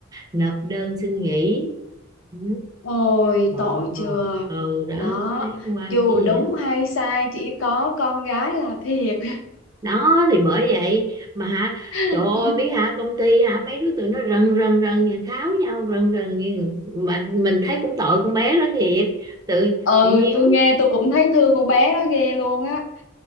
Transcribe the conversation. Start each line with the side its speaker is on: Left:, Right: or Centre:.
Right: nộp đơn xin nghỉ ừ,
Left: Ôi
Right: ờ,
Left: tội chưa
Right: ờ, ừ đó
Left: Đó
Right: thấy qua
Left: Dù
Right: một kia
Left: đúng
Right: vậy á.
Left: hay sai Chỉ có con gái là thiệt
Right: đó thì bởi vậy mà hả
Left: <laughs>
Right: trời ơi biết hả công ty hả mấy đứa tụi nó rần rần rần nhà kháo nhau rần rần như mà mình thấy cũng tội con bé đó thiệt tự
Left: Ừ
Right: tự nhiên
Left: tôi nghe tôi cũng thấy thương con bé đó ghê luôn á